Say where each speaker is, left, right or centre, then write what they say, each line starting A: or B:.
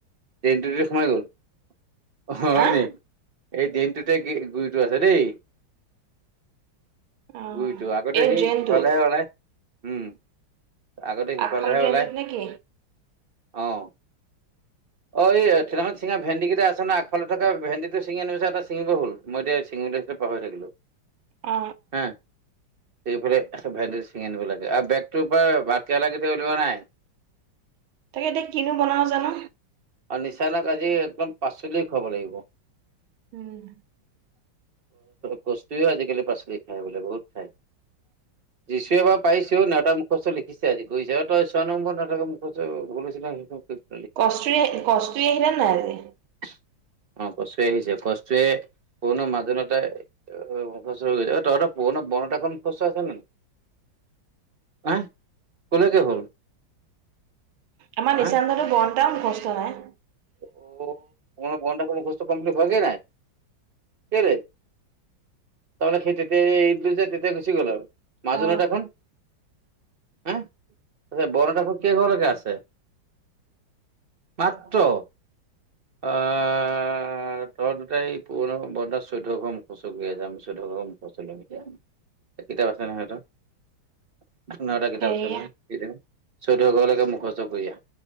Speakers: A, on the right (about 35°); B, on the right (about 85°).
A: ট্ৰেইনটো সোমাই গ'ল হয়
B: হা
A: নি? এই দিনটোতে গুৰিতটো আছে দেই।
B: অ
A: গুইটো আগতে
B: এই
A: সেই
B: ড্ৰেইনটোত
A: ইফালেহে ওলাই উম। আগতে সিফালেহে
B: আগফালৰ ড্ৰেইনটোত
A: ওলাই।
B: নে কি
A: অ', অ'এই থিৰাঙত চিঙা ভেন্দি কেইটা আছে নাই? ফালত থকা ভেন্দিটো ছিঙিনি এটা ছিঙিব হ'ল মই এতিয়া পাহৰি থাকিলোঁ।
B: অ অ
A: হা সেইফালে ভেন্দি ছিঙি আনিব লাগে আৰু বেগটোৰ পৰা। ভাতকেৰেলা কেতিয়া ওলোৱা নাই?
B: তাকে এতিয়া কিনো বনাওঁ জানো।
A: আৰু নিচানাক আজি একদম পাচলি খুৱাব লাগিব।
B: উম।
A: কচুও আজিকালি পাচলি খায় বোলে বহুত খাই। যিছুৱে বা পাইছেও নেতাৰ মুখস্থ লি কৰিছে আৰু তই ছয় নম্বৰ নাট মুখচৈছিলে
B: কষ্টুৰি, কষ্টুৰি আহিলে নে নাই আজি?
A: অ', কস্তুৰী আহিছে কস্তুৰী কোনো মাজন গৈছে তহঁতৰ পুৰণা বনত এখন কচু আছে নে নাই? আহ। কলৈকে হ'ল?
B: আমাৰ নিচা
A: আহ
B: দটো বৰ্তাম কষ্ট নাই।
A: অ', পূৰণ নেওতা খন মুখস্থ কমপ্লিট হোৱা গেই নাই, কেলে। তাৰমানে সেই তেতিয়াই ঈদ যে তেতিয়াই গুচি গল আৰু মাজুনেওঁতাখন।
B: অ
A: হ তাৰ বৰ নেওতাখন কেই ঘৰলৈকে আছে। মাত্ৰ। অ'। তহঁ দুটাই পুৰণ ব চৈধ্য ঘৰ মুখচ গ আছে আ চৈধ্যশৰ মুখস্থ ধৰিম এতিয়া। কিতাপ আছে নহয়তো। এটা কিতাপ
B: হেৰি
A: আছে নহয় চৈধ্যঘৰ লৈকে মুখস্থ কৰি আহ।